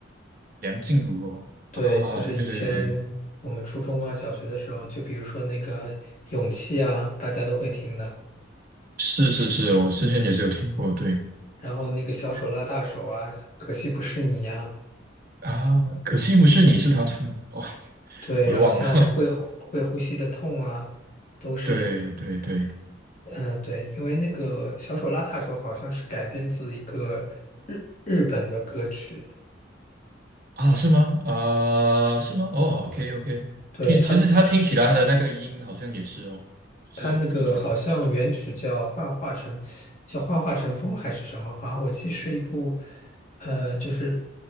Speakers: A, on the right; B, on the left.
A: 梁静茹哦，
B: 对，
A: 啊对对对对，
B: 就是以前我们初中啊、小学的时候，就比如说那个《勇气》啊，大家都会听的。
A: 是是是，我之前也是有听过，对
B: 然后那个小手拉大手啊，可惜不是你呀、啊
A: 啊，可惜不是你是他唱的哦，<laughs>
B: 对，
A: 我都忘了，
B: 然后像会会呼吸的痛啊，都是
A: <laughs> 对对对，
B: 嗯对，因为那个小手拉大手好像是改编自一个日日本的歌曲，
A: 啊，是吗？啊、是吗？哦，OK，OK，
B: 对他他
A: 听，其实它听起来它的那个音好像也是哦，就是听起来
B: 他那个好像原曲叫《幻化成》，叫《幻化成风》还是什么？好像我记是一部呃，就是